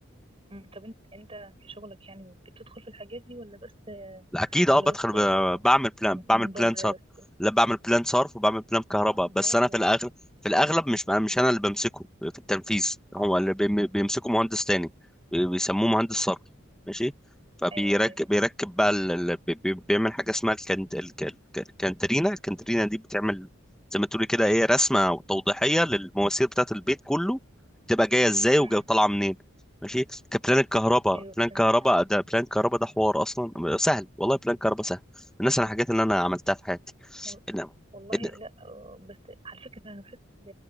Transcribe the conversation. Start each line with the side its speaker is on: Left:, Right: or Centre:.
Right: مم. طب انت انت في شغلك يعني بتدخل في الحاجات دي ولا بس
Centre: لا اكيد اه
Right: ولا
Centre: بدخل
Right: بس
Centre: ب- بعمل بلان
Right: م-
Centre: بعمل
Right: من بره
Centre: بلان صرف
Right: بس
Centre: لا بعمل بلان صرف وبعمل بلان كهرباء
Right: اه
Centre: بس
Right: برافو
Centre: انا في الاغلب في الاغلب مش انا مش انا اللي بمسكه في التنفيذ
Right: اه
Centre: هو اللي بيم- بيمسكه مهندس تاني بي- بيسموه مهندس صرف ماشي فبيركب
Right: ايوه ايوه
Centre: بيركب بقى ال... ال- بي- بي- بيعمل حاجه اسمها الكنت... الك- الك- الكنترينا الكنترينا دي بتعمل زي ما تقولي كده ايه رسمه توضيحيه للمواسير بتاعت البيت كله تبقى جايه ازاي وجايه
Right: مم.
Centre: طالعه
Right: مم.
Centre: منين ماشي كبلان الكهرباء
Right: ايوه
Centre: بلان
Right: فهمت
Centre: كهرباء ده بلان كهرباء ده حوار اصلا سهل والله بلان كهرباء سهل الناس انا الحاجات اللي انا عملتها في حياتي
Right: و-
Centre: إن
Right: والله
Centre: إن
Right: لا آه، بس على فكرة انا بحس ب-